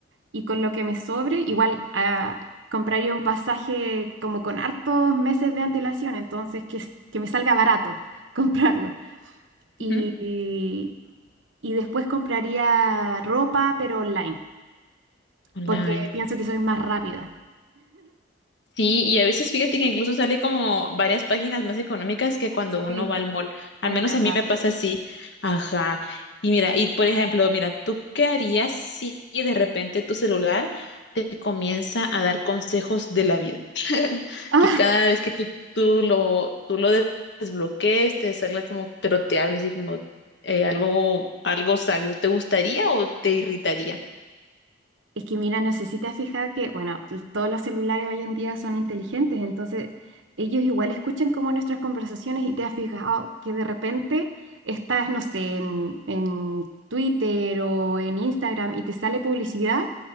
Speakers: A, on the right; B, on the left.
A: y con lo que me sobre, igual ah, compraría un pasaje como con hartos meses de antelación, entonces que, s- que me salga barato <laughs> comprarlo. Y,
B: Ujú.
A: y después compraría ropa, pero online,
B: Online.
A: porque pienso que soy más rápida.
B: Sí, y a veces fíjate que incluso sale como varias páginas más económicas que cuando uno
A: Sí,
B: va al mall. Al
A: es
B: menos
A: verdad.
B: a mí me pasa así. Ajá. Y mira, y por ejemplo, mira, ¿tú qué harías si de repente tu celular te comienza a dar consejos de la vida?
A: <laughs>
B: Que cada vez que tú, tú lo, tú lo des- desbloquees, te salga como, pero te hables así como eh, algo, algo sabio. ¿Te gustaría o te irritaría?
A: Es que mira, no sé si te has fijado que, bueno, l- todos los celulares hoy en día son inteligentes, entonces ellos igual escuchan como nuestras conversaciones y te has fijado que de repente estás, no sé, en, en Twitter o en Instagram y te sale publicidad